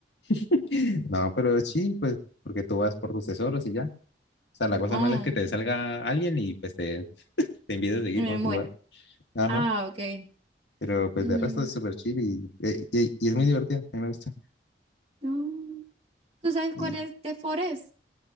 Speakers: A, on the left; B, on the right.
A: <laughs> no, pero es chill, pues, porque tú vas por tus tesoros y ya. O sea, la cosa
B: Oh,
A: mala es que te salga alguien y pues te, te empieza a seguir
B: me
A: con
B: muero.
A: tu barco. Ajá,
B: Ah, ok.
A: pero pues
B: Mm,
A: de resto es súper chill y, eh, y- y es muy divertido, a mí me gusta.
B: no. ¿Tú sabes
A: Y
B: cuál es The Forest?